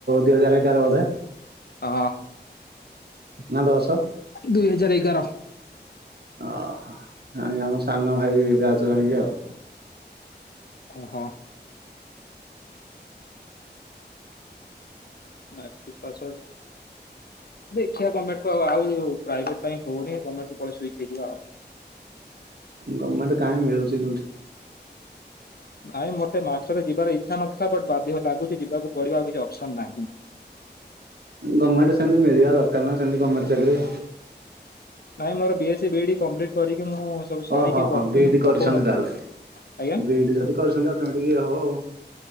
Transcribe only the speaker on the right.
ଦିଇ ହଜାର ଏଗାର ବୋଧେ?
ନା ଦଶ?
ଓହୋ ଯାଣିକି ଆମ ସାନ ଭାଇ ବ୍ୟାଚ୍ ଯାଣିକି ଆଉ।
ଗମେଣ୍ଟେ କାହିଁ ମିଳୁଛି କିଉଠି।
ଗମେଣ୍ଟରେ ସେମିତି ମିଳିବା ଦରକାର ନାଁ ସେମିତି ଗାମେଣ୍ଟେ ଚାକିରି।
ଓହୋ ହ
ହଁ ବି
ଇ ଡି
କରିଛନ୍ତି ତାହେଲେ
ବି ଇ ଡି ଯଦି କରିଛନ୍ତି ଅଟୋମେଟିକ୍ ଇଏ ହବ ଆଉ।